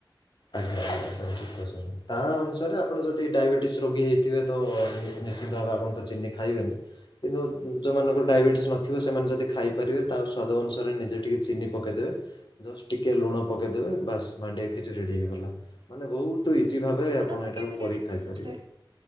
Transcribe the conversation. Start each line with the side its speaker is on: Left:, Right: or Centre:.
Left: ଆଜ୍ଞା ଆଜ୍ଞା ଠିକ୍ କହୁଛନ୍ତି। ତା ଅନୁସାରେ ଆପଣ ଯଦି ଡାଇବେଟିସ୍ ରୋଗୀ ହେଇଥିବେ ତ ନିଶ୍ଚିନ୍ତ ଭାବେ ଆପଣ ତ ଚିନି ଖାଇବେନି। କିନ୍ତୁ ଯୋଉ
Right: ଆଜ୍ଞା।
Left: ମାନଙ୍କର ଡାଇବେଟିସ୍ ନଥି ସେମାନେ ଯଦି ଖାଇପାରିବେ ତାହେଲେ ସ୍ଵାଦ ଅନୁସାରେ ନିଜେ ଟିକେ ଚିନି ପକେଇଦବେ ଜଷ୍ଟ ଟିକେ ଲୁଣ। ପକେଇଦେବେ ବାସ୍ ମାଣ୍ଡିଆ ଖିରି ରେଡି ହେଇଗଲା ମାନେ ବହୁତ। ତୁ ଇଜି ଭାବେ
Right: ଗୁଡ
Left: ଆପଣ
Right: ପକେଇ
Left: ଏଇଟାକୁ
Right: ପାରିବେ
Left: କରିକି
Right: ନା ନାଇଁ
Left: ଖାଇପାରିବେ।
Right: ସେଥିରେ?